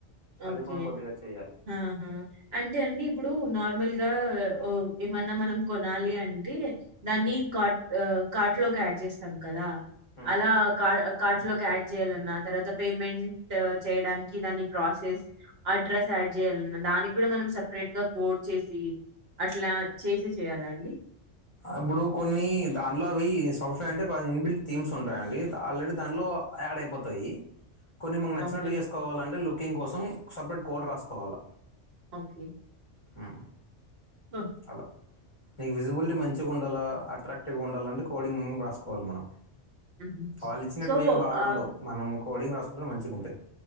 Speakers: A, on the left (about 25°); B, on the right (about 60°).
A: అది
B: ఓకే.
A: కూడా కొద్దిగా చేయాలి
B: ఆహా అంటే అండి ఇప్పుడు నార్మల్ గా ఏమన్నా మనం కొనాలి అంటే దాన్ని కాట్ కాట్ లో కి ఆడ్ చేస్తాం కదా
A: ఉమ్.
B: అలా కా కార్ట్ లోకి యాడ్ చేయాలన్నా తర్వాత పేమెంట్ చేయడాన్ కి దాన్ని ప్రాసెస్ అడ్రస్ యాడ్ చేయాలన్నా దానికి కూడా మనం సపరేట్ గా కోడ్ చేసి అట్లా చేసి చేయాల అండి
A: ఇప్పుడు కొన్ని దాంట్లో అవి సాఫ్ట్వేర్ అంటే కొ ఇన్బిల్ట్ థీమ్స్ ఉంటాయండి ఆల్రెడీ దాంట్లో యాడ్ అయిపోతాయి కొన్ని మకు నచ్చినట్టు
B: ఓకే.
A: చేసుకోవాలంటే లుక్ కింగ్ కోసం సపరేట్ కోడ్ రాసుకోవాల
B: ఓకే
A: హు
B: ఆ!
A: అలా నీ విజిబుల్టీ మంచిగుండాలా అట్రాక్టివ్ గా ఉండాలంటే క్ కోడింగ్ రాసుకోవాలి మనం
B: హుహు.
A: వాళ్ళు ఇచ్చినట్టువి
B: సో
A: ఏం బాగుండవు
B: ఆ
A: మనం కోడింగ్ రాసుకుంటే మంచిగుంటాయి